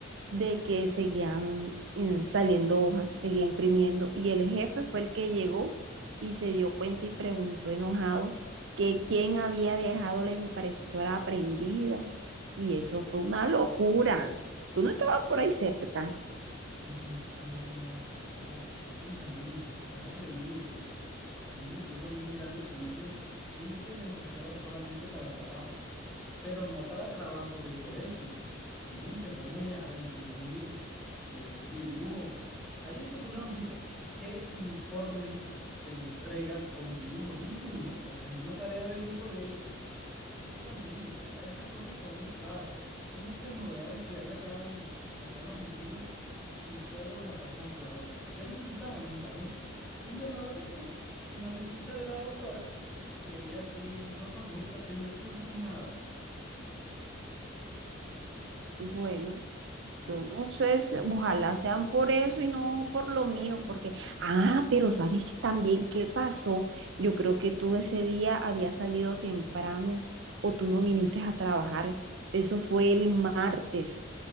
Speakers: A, on the right; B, in the centre.
A: de que seguían mm, saliendo hojas, seguía imprimiendo. Y el jefe fue el que llegó y se dio cuenta y preguntó enojado que quién había dejado la impresora prendida. Y eso fue una locura. Tú no estabas por ahí cerca.
B: No, no, no, nada. Es que también eso- son atrevidos porque hay un letrero bien grande que dice, use la impresora solamente para trabajos, pero no para trabajos de colegio. Vienen y se ponen a imprimir eh, dibujos. Ahí encontré una hojita. ¿Qué informe se entrega con dibujo? Ninguno. Esa es una tarea del hijo de ella. Es que también ya esas cosas son buscadas. Son muchas novedades que hay acá en, acá en la oficina y todos la pasan por alto. ¿Qué necesitamos? Necesitamos un llamado de atención, una visita de la doctora, que ella sí nos ajusta sin decirnos nada.
A: Bueno. Yo no sé, si- ojalá sean por eso y no por lo mío, porque, ah, pero ¿sabes qué también qué pasó? Yo creo que tú ese día habías salido temprano o tú no viniste a trabajar. Eso fue el martes